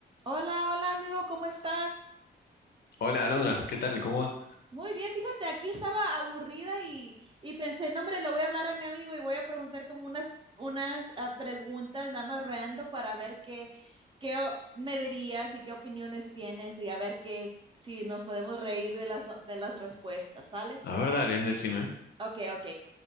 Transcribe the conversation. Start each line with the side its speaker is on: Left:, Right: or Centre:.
Right: Hola, hola amigo, ¿cómo estás?
Left: Hola, Alondra, ¿qué tal? ¿Cómo va?
Right: Muy bien, fíjate, aquí estaba aburrida y, y pensé, no, hombre, le voy a hablar a mi amigo y voy a preguntar como unas, unas ah, preguntas nada más random para ver qué, qué o- me dirías y qué opiniones tienes y a ver qué, si nos podemos reír de las, de las respuestas, ¿sale?
Left: A ver, dale, decime.
Right: Ok, ok.